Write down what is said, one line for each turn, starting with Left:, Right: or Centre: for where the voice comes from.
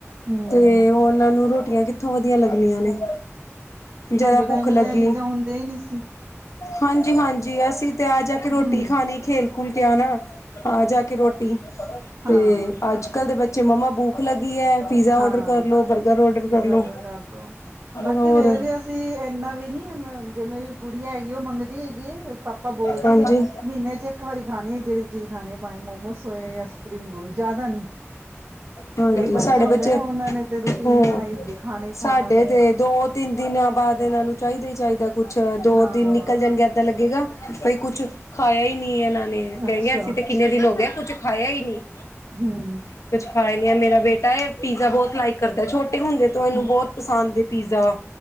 Right: ਹਮ
Left: ਤੇ ਉਹਨਾਂ ਨੂੰ ਰੋਟੀਆਂ ਕਿੱਥੋਂ ਵਧੀਆ ਲੱਗਣੀਆਂ ਨੇ।
Right: ਸਾਡੇ
Left: ਜਰਾ
Right: ਟਾਈਮ
Left: ਭੁੱਖ ਲੱਗੀ
Right: ਤੇ ਤਾਂ ਇਹ ਚੀਜ਼ਾਂ ਹੁੰਦੀਆਂ ਈ ਨੀ ਸੀ।
Left: ਹਾਂਜੀ ਹਾਂਜੀ, ਅਸੀਂ ਤੇ ਆ ਜਾ ਕੇ ਰੋਟੀ
Right: ਹਮ
Left: ਖਾਣੀ ਖੇਲ ਖੁਲ ਕੇ ਆਣਾ। ਹਾਂ, ਜਾ ਕੇ ਰੋਟੀ
Right: ਹਾਂ
Left: ਤੇ ਅੱਜ ਕੱਲ ਦੇ ਬੱਚੇ ਮੰਮਾ ਭੂਖ ਲਗੀ ਐ। ਪੀਜ਼ਾ
Right: ਹਾਂ
Left: ਔਡਰ ਕਰਲੋ, ਬਰਗਰ ਔਡਰ
Right: ਪੀਜ਼ਾ
Left: ਕਰ ਲੋ
Right: ਔਡਰ ਕਰ ਦੋ ਬਾਕੀ
Left: ਹੋਰ।
Right: ਫੇਰ ਵੀ ਅਸੀਂ ਇੰਨਾ ਵੀ ਨੀ ਜੇ ਮੇਰੀ ਗੁੜੀਆ ਹੈਗੀ ਉਹ ਮੰਗਦੀ ਹੈਗੀ ਐ ਪਾਪਾ ਬੋਲਦੇ
Left: ਹਾਂਜੀ
Right: ਨੇ। ਮਹੀਨੇ ਚ ਇੱਕ ਵਾਰੀ ਖਾਣੇ ਜਿਹੜੀ ਚੀਜ਼ ਖਾਣੀ ਆ ਪਾਵੇ ਮੋਮੋਸ ਹੋਏ ਜਾਂ ਸਪਰਿੰਗ ਰੋਲ ਜ਼ਿਆਦਾ ਨੀ।
Left: ਹਾਂਜੀ,
Right: ਕਈ
Left: ਸਾਡੇ
Right: ਹੁੰਦੇ
Left: ਬੱਚੇ
Right: ਨੇ ਉਹਨਾਂ ਨੇ ਤੇ ਰੂਟੀਨ
Left: ਹੂੰ,
Right: ਬਣਾਈ ਹੁੰਦੀ ਖਾਣਾ ਹੀ
Left: ਸਾਡੇ
Right: ਖਾਣਾ ਵੀ
Left: ਤੇ ਦੋ ਤਿੰਨ ਦਿਨਾਂ ਬਾਅਦ ਇਹਨਾਂ ਨੂੰ ਚਾਹੀਦਾ ਈ ਚਾਹੀਦਾ ਕੁਛ ਦੋ
Right: ਹਾਂ
Left: ਦਿਨ ਨਿਕਲ ਜਾਣਗੇ ਏਦਾਂ ਲੱਗੇਗਾ ਬਈ ਕੁੱਛ ਖਾਇਆ ਹੀ ਨਹੀਂ ਇਹਨਾਂ ਨੇ ਕਹਿ
Right: ਅੱਛਾ
Left: ਗੇ ਅਸੀਂ ਤੇ ਕਿੰਨੇ ਦਿਨ ਹੋ ਗਏ ਕੁੱਛ ਖਾਇਆ ਹੀ ਨਹੀਂ।
Right: ਹੂੰ,
Left: ਕੁੱਛ ਖਾਇਆ ਨੀ ਐ ਮੇਰਾ ਬੇਟਾ ਇਹ ਪੀਜ਼ਾ ਬਹੁਤ ਲਾਈਕ ਕਰਦਾ ਛੋਟੇ ਹੁੰਦੇ ਤੋਂ ਇਹਨੂੰ
Right: ਹਮ
Left: ਬਹੁਤ ਪਸੰਦ ਏ ਪੀਜ਼ਾ।